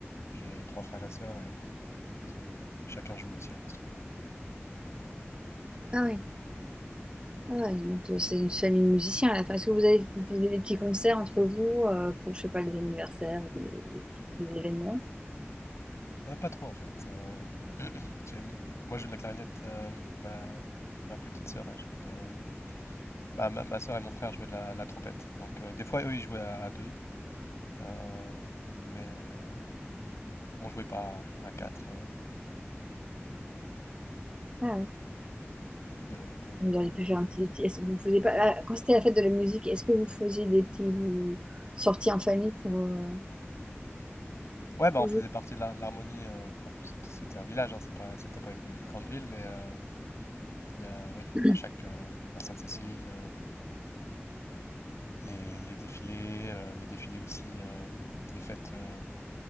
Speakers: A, on the left; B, on the right.
A: J'ai trois frères et sœurs et ils ont, chacun joue aussi un instrument.
B: Ah oui. Ah ouais, donc euh, c'est une famille de musiciens à la fin. Est-ce que vous avez vous faisiez des petits concerts entre vous euh, pour, je sais pas, les anniversaires ou des, des événements?
A: Euh, pas trop en fait. Euh, j'ai- moi, je joue de la clarinette. euh, ma, ma plus petite sœur, elle jouait de. bah, ma, ma sœur et mon frère jouaient de la, la trompette. Donc euh, des fois, eux, ils jouaient à, à deux. euh, mais euh, on jouait pas à, à quatre euh,
B: Ah ouais.
A: de, de,
B: Vous
A: de,
B: auriez pu faire
A: de
B: un
A: la
B: petit...
A: musique.
B: petit- est-ce que vous faisiez pas... ah, Quand c'était la fête de la musique, est-ce que vous faisiez des petits vous, sorties en famille pour, euh,
A: Ouais, bah,
B: pour
A: on faisait
B: jouer?
A: partie de l'Har- l'Harmonie. euh, enfin, c'était c'était un village, hein, c'est pas, c'était pas une, une grande ville, mais euh, il y a, oui,
B: <coughs>
A: à chaque euh, la Sainte-Cécile, euh, les, les défilés, euh, les défilés aussi, euh, les fêtes, euh,